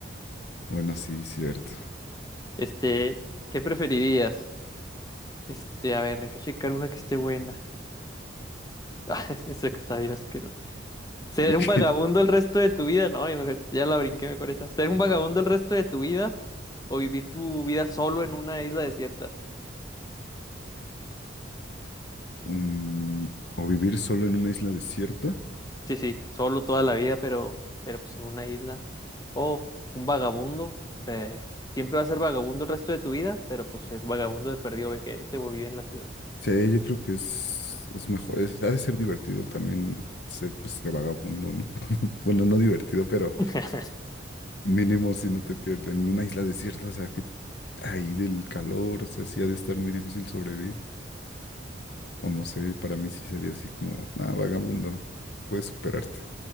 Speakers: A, on the left (about 60°); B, on the left (about 20°).
A: Bueno, sí, cierto.
B: este, ¿qué preferirías? Este, a ver, deja checar una que esté buena. <laughs> Ah, esa que está bien asquerosa. ¿Ser
A: <laughs> Ok.
B: un vagabundo el resto de tu vida? No, ya me- ya la brinqué mejor esa. ¿Ser un vagabundo el resto de tu vida o vivir tu vida solo en una isla desierta?
A: Mm, o vivir solo en una isla desierta
B: Sí, sí, solo toda la vida, pero, pero pues en una isla. O un vagabundo, eh, siempre va a ser vagabundo el resto de tu vida, pero pues el vagabundo de perdido ve gente o vive en la ciudad.
A: Sí, yo creo que es, es mejor, es- ha de ser divertido también ser pues que vagabundo, ¿no? <laughs> Bueno, no divertido, pero
B: <laughs>
A: mínimo si no te pierden en una isla desierta, o sea, que ahí del calor, o sea, sí ha de estar muy difícil sobrevivir. O no sé, para mí sí sería así como, nada, vagabundo, puedes superarte.